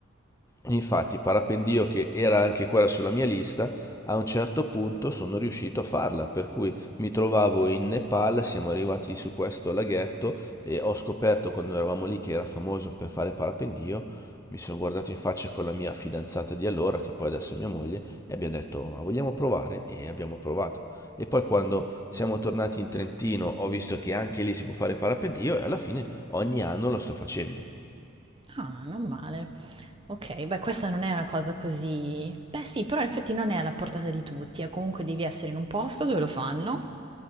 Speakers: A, on the left; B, on the right.
A: Infatti, parapendio che era anche quella sulla mia lista, a un certo punto sono riuscito a farla, per cui mi trovavo in Nepal, siamo arrivati su questo laghetto e ho scoperto quando eravamo lì che era famoso per fare parapendio, mi sono guardato in faccia con la mia fidanzata di allora, che poi adesso è mia moglie, e abbiamo detto ma vogliamo provare? E abbiamo provato. E poi quando siamo tornati in Trentino ho visto che anche lì si può fare parapendio e alla fine ogni anno lo sto facendo.
B: Ah, non male. Ok, beh, questa non è una cosa così... Beh, sì, però in effetti non è alla portata di tutti, eh, comunque devi essere in un posto dove lo fanno